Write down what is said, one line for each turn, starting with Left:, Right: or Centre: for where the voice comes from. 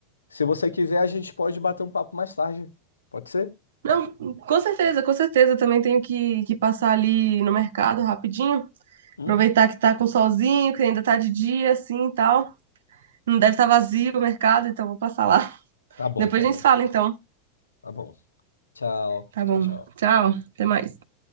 Left: se você quiser, a gente pode bater um papo mais tarde. Pode ser?
Right: Não, com certeza, com certeza. Também tenho que, que passar ali no mercado rapidinho.
Left: Uhum.
Right: Aproveitar que tá com solzinho, que ainda tá de dia, assim e tal. Não deve estar vazio o mercado, então vou passar lá. <laughs>
Left: Tá bom,
Right: Depois
Left: tá bom.
Right: a gente se fala, então.
Left: Tá bom. Tchau,
Right: Tá
Left: tchau,
Right: bom.
Left: tchau.
Right: Tchau. Até mais.